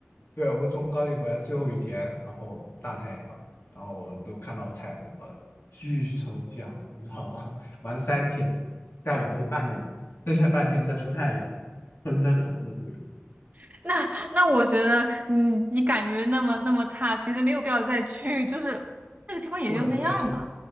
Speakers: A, on the left (about 55°); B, on the right (about 35°).
A: 对，我们从高地回来最后一天，然后大太阳，然后都看到了彩虹了，巨抽象，你知道吗？<laughs> 玩三天，下两天半的雨，剩下半天再出太阳，昏了头了都有，
B: <laughs> 那那我觉得你你感觉那么那么差，其实没有必要再去，就是那个地方也就那样吧，
A: 不可能再去，